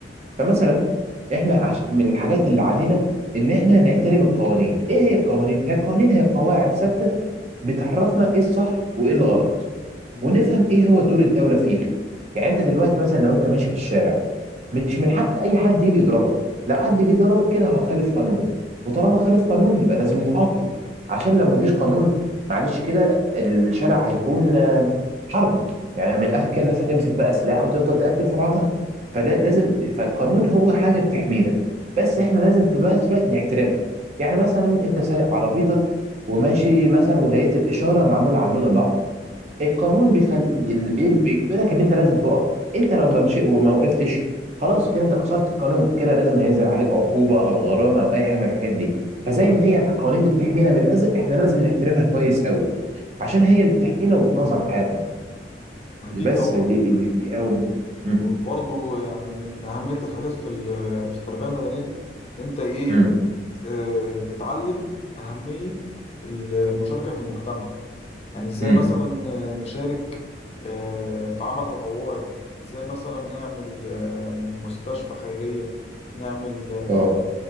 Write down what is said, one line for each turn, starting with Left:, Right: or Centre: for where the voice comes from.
Right: فمثلا احنا عش... من الحاجات اللي علينا ان احنا نحترم القوانين ايه هي القوانين هي القوانين هي قواعد ثابتة بتعرفنا ايه الصح وايه الغلط
Left: مم.
Right: ونفهم ايه هو دور الدوله فيها يعني انت دلوقتي مثلا لو انت ماشي في الشارع مش من حق اي حد يجي يضربك لو حد جه ضربك كده هو خالف قانون وطالما خالف قانون يبقى لازم يتعاقب عشان لو مفيش قانون معلش كده الشارع هيكون آه، حرب يعني من الاخر كده الناس هتمسك بقى سلاح وتفضل تقتل في بعضها فده لازم فالقانون هو حاجه بتحمينا بس
Left: مم.
Right: احنا لازم في الوقت في الوقت نحترمها يعني مثلا انت سايق عربيتك وماشي مثلا ولقيت الاشاره معموله على اللون الاحمر القانون بيخل... اللي بيج- بيجبرك ان انت لازم تقف انت لو ما مشي وما وقفتش خلاص كده انت كسرت القانون كده لازم هينزل عليك عقوبة او غرامة او اي حاجة من الحاجات دي فزي ما هي القوانين دي بتحمينا من الاذى احنا لازم نحترمها كويس قوي عشان هي اللي بتحمينا وبتنظم حياتنا
Left: اكيد
Right: بس
Left: طبعا
Right: دي دي, دي اول مم.
Left: وبرضه يعني من أهمية الحاجات في ال- في التربية المدنية دي إن أنت إيه
Right: مم.
Left: آه، تتعلم أهمية المشاركة في المجتمع يعني إزاي
Right: مم.
Left: مثلا آه، نشارك آه، في عمل تطوعي إزاي مثلا نعمل آه، مستشفى خيرية نعمل آه،
Right: اه